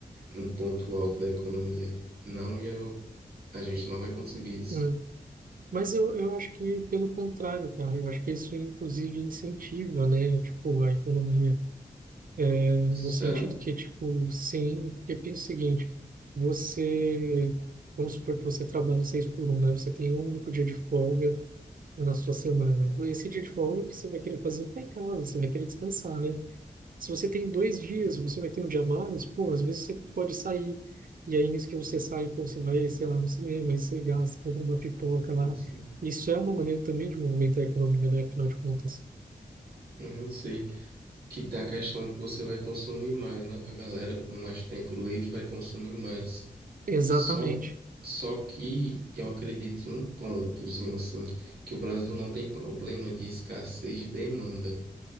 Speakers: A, on the right; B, on the right.
A: no ponto alto da economia. Não ia, a gente não vai conseguir isso.
B: hum. Mas eu, eu acho que pelo contrário, cara, eu acho que isso inclusive incentiva, né, tipo, a economia, né, no
A: Será?
B: sentido que, tipo, sim, porque pensa o seguinte, você, vamos supor que você trabalha seis por um, né, você tem um único dia de folga na sua semana, esse dia de folga que você vai querer fazer ficar em casa, você vai querer descansar, né? Se você tem dois dias,
A: Uhum.
B: você vai ter um dia a mais, pô, às vezes você pode sair. E aí, nisso que você sai, pô, você vai, sei lá, no cinema, aí você gasta, compra uma pipoca lá.
A: Não sei.
B: Isso é uma maneira também de movimentar a economia, né? Afinal de contas.
A: Uhum, sei. Que tem a questão de que você vai consumir mais, né? A galera com mais tempo livre vai consumir mais.
B: Exatamente.
A: Só, só que eu acredito em um pontozinho assim, que o Brasil não tem problema de escassez de demanda.